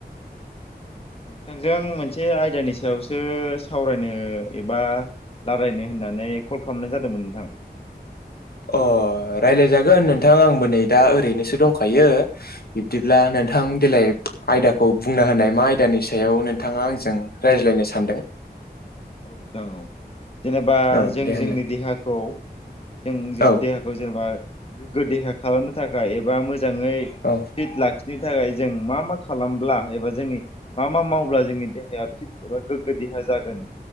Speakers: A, on the left; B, on the left.
A: नोंथांजों मोनसे आयदानि सायावसो सावरायनो एबा रायलायनो होननानै कल खालामनाय जादोंमोन नोंथां
B: अ रायलाय जागोन नोंथां आंबो नै दा ओरैनोसो दंखायो बिब्दिब्ला नोंथां देेलाय आयदाखौ बुंना होनाय मा आयदानि सायाव नोंथाङा आंजों रायज्लायनो सानदों
A: औ दां औ जेनेबा
B: औ
A: जों
B: दे
A: जोंनि
B: होनलाय
A: देहाखौ जों जोंनि
B: औ
A: देहाखौ जेनेबा गोग्गो देहा खालामनो थाखाय एबा एा मोजाङै
B: औ
A: फिट लाखिनो थाखाय जों मा मा खालामब्ला एबा जोंनि मा मा मावब्ला जोंनि देहाया फिट एबा गोग्गो देहा जागोन